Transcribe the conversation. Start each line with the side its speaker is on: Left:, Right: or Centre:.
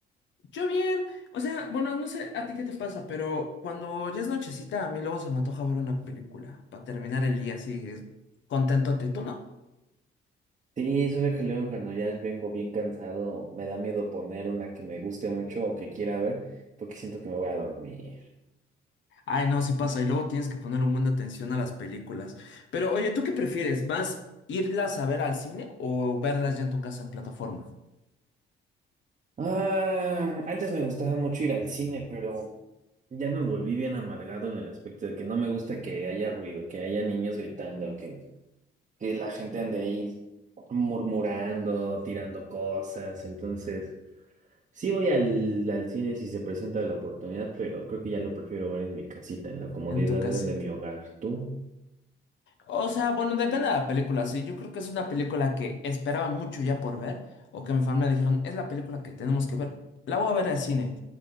Left: Yo bien, o sea, bueno, no sé a ti qué te pasa, pero cuando ya es nochecita, a mí luego se me antoja ver una película para terminar el día así, es- contentote, ¿tú no?
Right: Sí, solo que luego cuando ya vengo bien cansado, me da miedo poner una que me guste mucho o que quiera ver, porque siento que me voy a dormir.
Left: Ay, no, sí pasa, y luego tienes que poner un buen de atención a las películas. Pero oye, ¿tú qué prefieres? ¿Vas irlas a ver al cine o verlas ya en tu casa en plataforma?
Right: Ah, antes me gustaba mucho ir al cine, pero ya me volví bien amargado en el aspecto de que no me gusta que haya ruido, que haya niños gritando, que que la gente ande ahí murmurando, tirando cosas. Entonces, sí voy al, al cine si se presenta la oportunidad, pero creo que ya lo prefiero ver en mi casita, en la comodidad
Left: En tu
Right: de,
Left: casa.
Right: de mi hogar. ¿Tú?
Left: O sea, bueno, depende de la película, sí. Yo creo que es una película que esperaba mucho ya por ver, o que mi familia dijeron, es la película que tenemos que ver, la voy a ver al cine.